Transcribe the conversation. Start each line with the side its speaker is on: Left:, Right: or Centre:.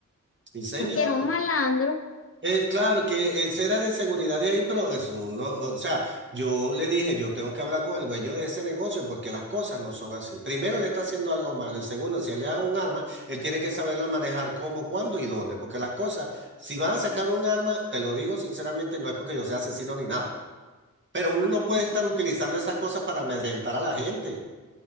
Right: Sí, señor.
Left: sea, que era un malandro.
Right: Eh, claro que eh, será de seguridad de ahí, pero eso no, o sea, yo le dije, yo tengo que hablar con el dueño de ese negocio porque las cosas no son así. Primero, le está haciendo algo malo y segundo, si le dan un arma, él tiene que saberlo manejar cómo, cuándo y dónde, porque las cosas, si van a sacar un arma, te lo digo sinceramente, no es porque yo sea asesino ni nada, pero uno no puede
Left: <laughs>
Right: estar utilizando esas cosas para amedrentar a la gente